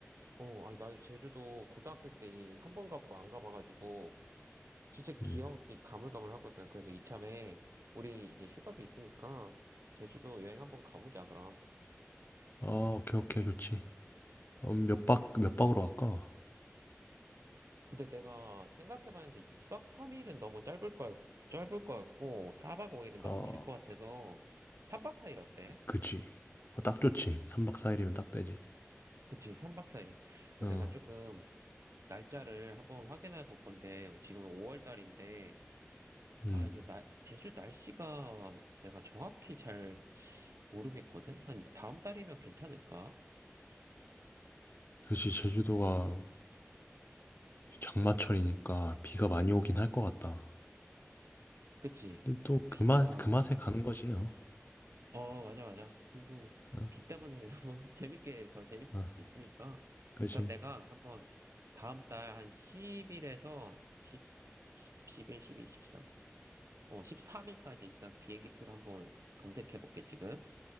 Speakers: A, on the right; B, on the left.
A: 어, 아니, 나도 제주도 고등학생 때 한번 가보고 안 가봐가지고, 진짜 기억이
B: 음.
A: 가물가물하거든. 그래서 이참에, 우리 이제 휴가도 있으니까, 제주도 여행 한번 가보자, 그럼.
B: 아, 오케이, 오케이, 좋지. 어, 몇 박, 몇 박으로 갈까?
A: 근데 내가 생각해봤는데, 2박 3일은 너무 짧을 거, 짧을 거 같고, 4박 5일은 너무
B: 아,
A: 길 것 같아서, 3박 4일 어때?
B: 그치. 어, 딱 좋지. 3박 4일이면 딱 되지.
A: 그치, 3박 4일.
B: 어,
A: 내가 조금 날짜를 한번 확인해 볼 건데, 지금 5월 달인데,
B: 음.
A: 아, 이게 나, 제주 날씨가 내가 정확히 잘 모르겠거든? 한 다음 달이면 괜찮을까?
B: 그치, 제주도가 장마철이니까 비가 많이 오긴 할 것 같다.
A: 그치?
B: 근데 또
A: 비가,
B: 그 맛, 그 맛에 가는 거지, 어.
A: 어, 맞아, 맞아. 또,
B: 어,
A: 비 때문에 <laughs> 뭐 재밌게, 더 재밌을
B: 어,
A: 수도 있으니까.
B: 그치.
A: 그럼 내가 한번 다음 달 한 10일에서 1십 10, 11, 12, 13, 어, 13일까지 일단 비행기표를 한번 검색해 볼게, 지금.